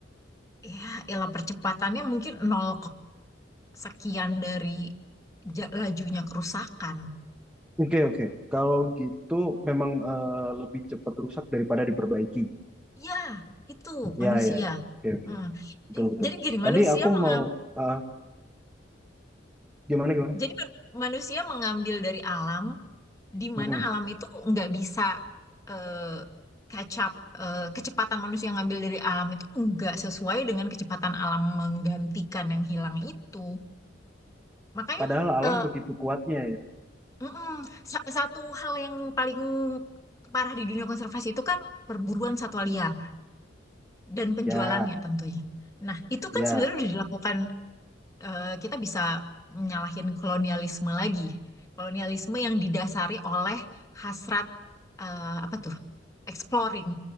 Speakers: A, on the left; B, in the centre.
A: ya elah percepatannya mungkin 0, sekian dari ja- lajunya kerusakan.
B: Oke, oke. Kalau gitu memang eh, lebih cepat rusak daripada diperbaiki.
A: Ya, itu
B: Ya,
A: manusia.
B: ya, ya. Oke, oke.
A: Mm.
B: Betul, betul.
A: Jadi gini,
B: Tadi
A: manusia
B: aku
A: mengambil,
B: mau eh, gimana gimana?
A: jadi man- manusia mengambil dari alam di
B: Mhm.
A: mana alam itu nggak bisa eh, catch eh, kecepatan manusia ngambil dari alam itu nggak sesuai dengan kecepatan alam menggantikan yang hilang itu. Makanya
B: Padahal alam
A: eh,
B: begitu kuatnya ya.
A: mm-mm, sa- satu hal yang paling parah di dunia konservasi itu kan perburuan satwa liar dan penjualannya
B: Ya,
A: tentunya. Nah, itu
B: Ya.
A: kan sebenarnya udah dilakukan eh, kita bisa menyalahin kolonialisme lagi. Kolonialisme yang didasari oleh hasrat eh, apa tuh? Exploring,